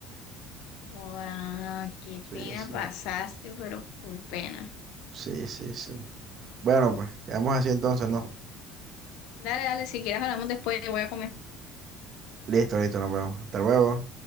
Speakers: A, on the left; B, on the right.
A: Ah, qué
B: Sí,
A: pena
B: sí,
A: pasaste, pero full pena.
B: sí, sí, sí. Bueno, pues, quedamos así entonces, ¿no?
A: Dale, dale, si quieres hablamos después, voy a comer.
B: Listo, listo, nos vemos. Hasta luego.